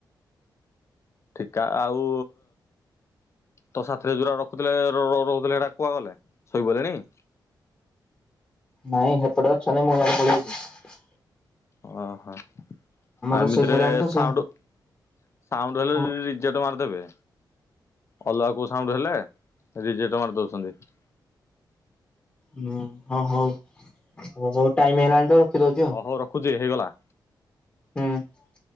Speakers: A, on the left; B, on the left.
A: ଠିକା ଆଉ ତୋ ସାଥିରେ ଯୋରା ରଖୁଥିଲେ, ରହୁଥିଲେ, ସେଗୁରା କୁଆଗଲେ ଶୋଇଗଲେଣି । <inaudible>
B: ନାଇଁ ସେପଟେ ଅଛନ୍ତି, ମୁଁ ୟାଡେ ପଳେଇ ଆଇଛି।
A: ଓ ହୋ ଆଉ
B: ରୋଷେଇ
A: ଏମିତିରେ
B: ସଇଲାଣି ତ
A: ସାଉଣ୍ଡ,
B: ସେ
A: ସାଉଣ୍ଡ
B: ହଁ
A: ହେଲେ ରିଜେଟ ମାରିଦେବେ। ଅଲଗା କୋଉ ସାଉଣ୍ଡ ହେଲେ, ରିଜେଟ ମାରି ଦଉଛନ୍ତି ।
B: ହୁଁ ହଁ ହଉ ହଉ ହଉ ଟାଇମ ହେଲାଣି ତ ରଖିଦଉଚି ଆଉ
A: ହ ହଉ ରଖୁଛି ହେଇଗଲା ।
B: ହୁଁ ।